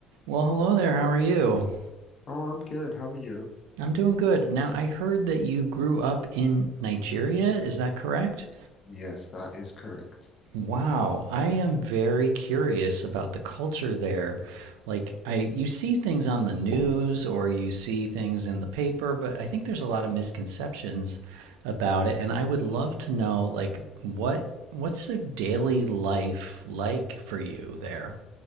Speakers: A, on the right; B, on the left.
A: Well, hello there. How are you?
B: Oh, I'm good. How are you?
A: I'm doing good. Now, I heard that you grew up in Nigeria. Is that correct?
B: Yes, that is correct.
A: Wow, I am very curious about the culture there. Like I you see things on the news or you see things in the paper, but I think there's a lot of misconceptions about it and I would love to know like what what's the daily life like for you there?